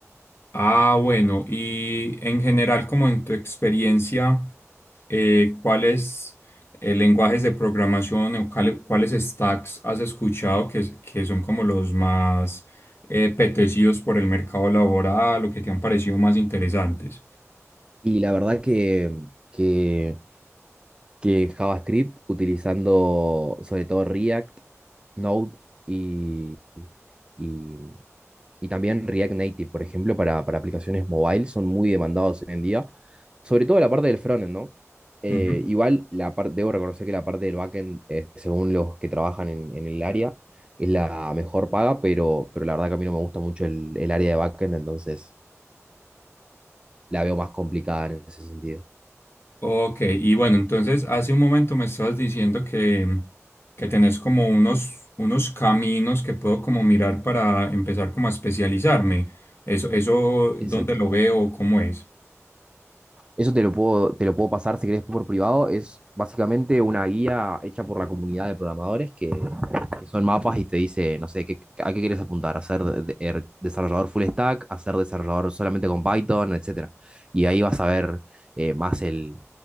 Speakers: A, on the left; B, on the right.
A: Ah, bueno, y en general, como en tu experiencia, eh, ¿cuáles eh, lenguajes de programación o cuáles, cuáles stacks has escuchado que, que son como los más eh, apetecidos por el mercado laboral o que te han parecido más interesantes?
B: Y la verdad que, que que JavaScript, utilizando sobre todo React, Node y, y, y también React Native, por ejemplo, para, para aplicaciones mobile, son muy demandados hoy en día, sobre todo la parte del frontend, ¿no? Eh,
A: Ujú.
B: igual, la parte debo reconocer que la parte del backend, eh, según los que trabajan en, en el área, es la mejor paga, pero, pero la verdad que a mí no me gusta mucho el, el área de backend, entonces la veo más complicada en ese sentido.
A: Ok, y bueno, entonces hace un momento me estabas diciendo que, que tenés como unos, unos caminos que puedo como mirar para empezar como a especializarme. Eso, eso,
B: Exacto.
A: ¿dónde lo veo? ¿Cómo es?
B: Eso te lo puedo, te lo puedo pasar si querés por privado. Es básicamente una guía hecha por la comunidad de programadores que, que son mapas y te dice, no sé, qué, a qué quieres apuntar, a ser de- de- er, desarrollador full stack, a ser desarrollador solamente con Python, etcétera. Y ahí vas a ver eh, más el,